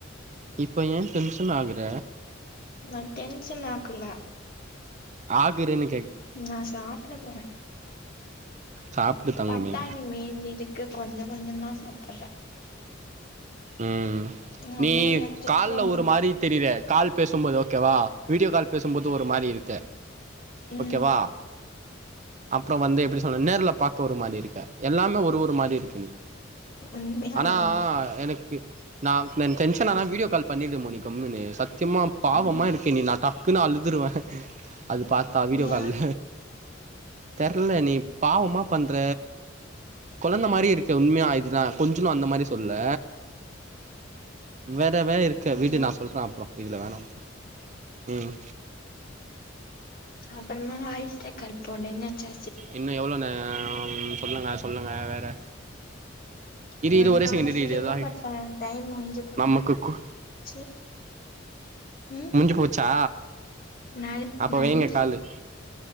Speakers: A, on the right (about 40°); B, on the left (about 50°).
A: இப்ப ஏ டென்ஷன் ஆகுற
B: நா டென்ஷன் ஆக்குல
A: ஆக்குற நீ
B: நா சாப்பிட போறே
A: சாப்டு தங்கமே
B: பட்டாணி மீஞ்சிது கொஞ்ச கொஞ்சமா சாப்புடற
A: ம்
B: எங்க
A: நீ
B: அம்மா என்ன திட்டுவாங்க
A: கால்ல ஒரு மாரி தெரிவ கால் பேசும்போது ஓகேவா வீடியோ கால் பேசும்போது ஒரு மாரி இருக்க
B: ம்
A: ஓகேவா அப்புறோ வந்து எப்டி சொல்ல நேர்ல பாக்க ஒரு மாரி இருக்க எல்லாமே ஒரு ஒரு மாரி இருக்கு நீ
B: உண்மையாவா
A: ஆனா எனக் கு நா டென்ஷனானா வீடியோ கால் பண்ணிடு மோனி கம்முனு சத்தியமா பாவமா
B: ம்
A: இருக்கு நீ நா ட க்குனு அழுதுருவ அது பாத்தா வீடியோ
B: ஏ
A: கால்ல தெர்ல நீ பாவமா பண்ற கொழந்த மாரி இருக்க உண்மையா இது நா கொஞ்சனோ அந்த மாரி சொல்லல வேறவே இருக்க விடு
B: ம்
A: நா சொல்ற அப்புறோ இதுல வேணா ம்
B: அப்பறமா வாயிஸ் ரெக்காட் போடு என்னாச்சி
A: இன்னோ எவ்ளோ நே சொல்லுங்க சொல்லுங்க வேற இரு
B: உங்குளுக்கான
A: இரு ஒரே செகண்ட் இரு
B: குடுக்கப்பட்ட
A: இரு எதோ ஆயிடுச்சு
B: டைம் முஞ்சி குத்
A: நமக்கு கு
B: செரி ம்
A: முஞ்சு போச்சா
B: நன்
A: அப்ப
B: நன்றி
A: வைங்க காலு